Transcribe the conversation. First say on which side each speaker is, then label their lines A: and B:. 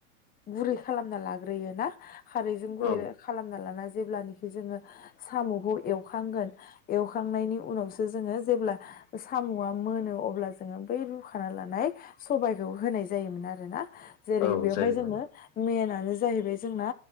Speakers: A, on the left; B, on the left.
A: गुरै खालामना लाग्रोयो ना खारैजों गुरै
B: औ
A: खालामना लाना जेब्लानिखि जोङो साम'खौ एव एवखांगोन एवखांनायनि उनावसो जोङो जेब्ला साम'आ मोनो अब्ला जोङो बै रुखा लानाय सबायखौ होनाय जायोमोन आरो ना। जेरै
B: औ
A: बेवहाय
B: जायोमोन
A: जोङो मेना बेनो जाहैबाय जोंना